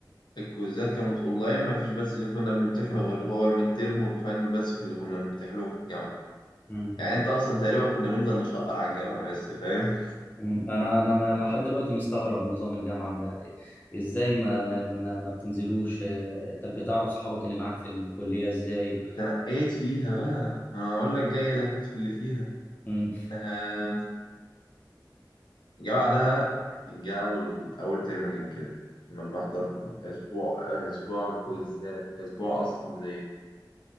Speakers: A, on the left; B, on the left.
A: الكويزات كانت اونلاين ما فيش بس اللي كنا بنمتحنه غير هو الميد تيرم والفاينل بس اللي كنا بنمتحنهم في الجامعه
B: مم.
A: يعني انت اصلا تقريبا كنا بننزل نشقر على الجامعه بس فاهم
B: مم. انا انا أنا لحد دلوقتي مستغرب نظام الجامعه ده ازاي ما ما ما, ما بتنزلوش آه، طب بتعرف صحابك اللي معاك في الكليه ازاي
A: تنقيت فيها بقى ما انا اقول لك جايه لك في اللي فيها
B: مم.
A: آه الجامعه ده جه اول اول ترم كان كده كنا بنحضر اسبوع اسبوع كويزات اسبوع اصل